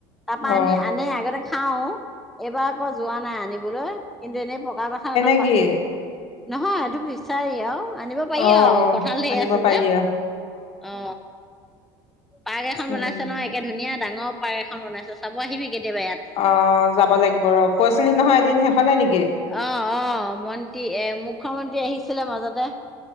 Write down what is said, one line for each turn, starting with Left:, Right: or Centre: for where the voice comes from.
Centre: তাৰ পৰা
Left: অ
Centre: আনি আনে আগতে খাওঁ। এইবাৰ আকৌ যোৱা নাই আনিবলৈ। কিন্তু এনেই পকা কঠাল এটা।
Left: নেকি?
Centre: নহয় সেইটো বিচাৰি আৰু। আনিব পাৰি
Left: অ
Centre: আৰু
Left: অ
Centre: কঠা‌ঁল ঢেৰ
Left: আনিব
Centre: আছে
Left: পাৰি
Centre: যে
Left: আ।
Centre: অ। পাৰ্ক এখন
Left: উম
Centre: বনাইছে ন একে ধুনীয়া। ডাঙৰ পাৰ্ক এখন বনাইছে। চাব আহিবি কেতিয়াবা ইয়াত
Left: অঁ, যাব লাগিব ৰ কৈছিলি নহয় এদিন সেখনে নেকি?
Centre: অঁ অঁ, মন্ত্ৰী এ মুখ্যমন্ত্ৰী আহিছে। ছিলে মাজতে।